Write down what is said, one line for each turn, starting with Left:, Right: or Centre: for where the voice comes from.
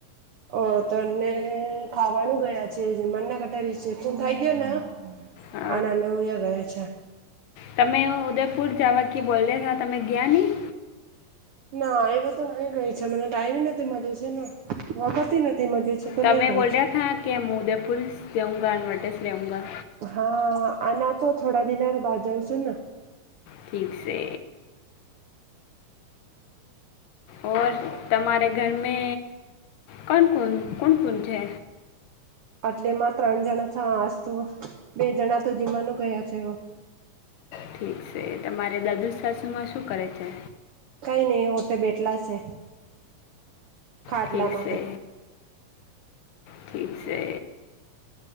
Right: ઓ તને ખાવાનું ગયા છે જે મને કરતા રિસેપ્શન થઈ ગયો ને
Left: અ,
Right: આના નયા ગયા છે
Left: તમે ઉદયપુર જવા કે બોલે હા તમે ગયા નહીં
Right: ના એવે તો નહી ગઈ છે મને ટાઈમ નથી મળ્યો છે ને વખત નથી મળ્યું છે તો
Left: તમે
Right: નહી ગઈ
Left: બોલ્યા
Right: છે
Left: હતા કે હું ઉદયપુર જઉંગા અનેનવર્ટેસ લેઉંગા
Right: હા અનેના તો થોડા દિનર બાજઉ છું ને
Left: ઠીક છે ઓ તમારે ઘર મે કોણ કોન કોન કોન છે
Right: એટલેમાં ત્રણ જણા છ આજ તો બે જણા તો જીમવાનું ગયા છે
Left: ઠીક છે તમારે દાદુ સાસુમાં શું કરે છે
Right: કઈ નહ હોતે બેઠલા છે ખાટલા
Left: ઠીક
Right: માટે
Left: છે ઠીક છે